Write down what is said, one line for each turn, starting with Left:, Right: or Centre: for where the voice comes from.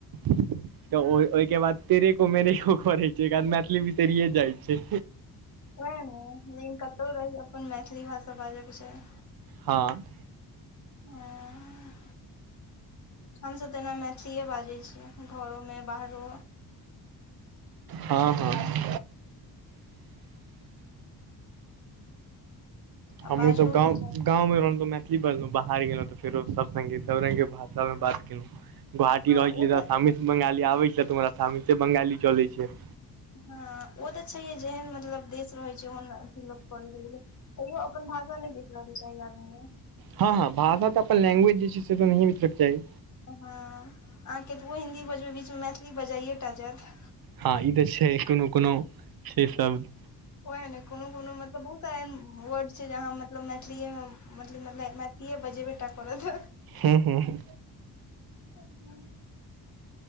Right: तऽ ओहिके बाद तेरेको-मेरेको करए
Left: हँ
Right: <inaudible> मैथिली बिसरिये जाइ छै।
Left: ओएह ने, लेकिन कतहु रही, अपन मैथिली भाषा बाजयके चाही।
Right: हँ।
Left: आ। हमसभ तऽ एना मैथिलीए बाजै छी, घरोमे बाहरो।
Right: हँ हँ।
Left: आ
Right: हमहूँ
Left: बाजहोके
Right: सभ गाँव
Left: चाही
Right: गाँवमे रहलहुँ तऽ मैथिलीए बजलहुँ। बाहर गेलहुँ तऽ फेरो सभ सङ्गे सभ रंगक भाषामे बात केलहुँ। गुवाहाटी
Left: हँ
Right: रहै छलियै
Left: ओ
Right: तऽ शामित बंगाली आबैत छलय, तऽ हमरा शामिते बंगाली चलै छै।
Left: हँ, ओ तऽ छैहे। जेहन मतलब देश रहैत छै ओहन लोक। <inaudible> तैयो अपन भाषा नहि बिसरय के चाही आदमीके।
Right: हँ हँ, भाषा तऽ अपन लैंग्वेज जे छै से तऽ नहिए बिसरय के चाही।
Left: हँ, अहाँ कतबो हिन्दी बजबै, बीच मे मैथिली बजाइए टा जाएत।
Right: हँ, ई तऽ छै। कोनो-कोनो से शब्द।
Left: ओएह ने, कोनो कोनो मतलब बहुत सारा एहन वर्ड छै जे आहा मतलब मैथिलीएमे मतलब, मैथिलीए बजेबे टा करत।
Right: हू- हू -हू।
Left: ह